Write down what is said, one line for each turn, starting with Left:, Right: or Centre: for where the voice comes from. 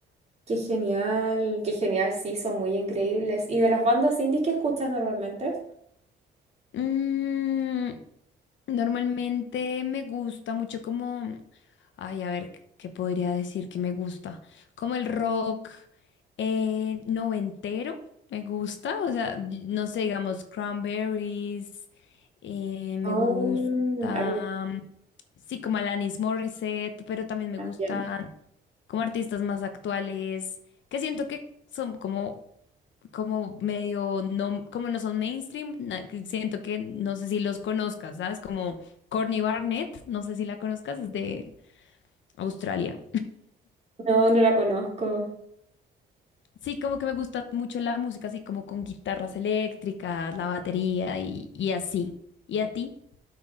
Right: Qué genial, qué genial, sí, son muy increíbles. ¿Y de las bandas indie qué escuchas normalmente?
Left: Mm, normalmente me gusta mucho como, ay, a ver, ¿qué podría decir que me gusta? Como el rock eh, noventero, me gusta, o sea, no sé, digamos, Cranberries, eh, me
Right: Oh,
Left: gusta,
Right: a mí
Left: mm, sí, como Alanis Morissette, pero también me
Right: también.
Left: gustan como artistas más actuales, que siento que son como como medio, no, como no son mainstream, na- que siento que no sé si los conozcas, ¿sabes? Como Courtney Barnett, no sé si la conozcas, es de Australia.
Right: No, no la conozco.
Left: Sí, como que me gusta mucho la música, así como con guitarras eléctricas, la batería y, y así. ¿Y a ti?